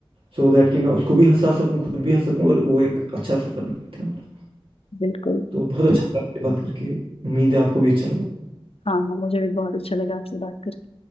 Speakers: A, on the right (about 70°); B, on the left (about 90°).
A: सो so दैट कि मैं उसको भी हंसा सकूँ खुद भी हंस सकूँ और वो एक अच्छा सफर भी बीते हमारा
B: बिल्कुल
A: तो बहुत अच्छा लगा आपसे बात करके उम्मीद है आपको भी अच्छा लगा
B: हाँ हाँ मुझे भी बहुत अच्छा लगा आपसे बात करके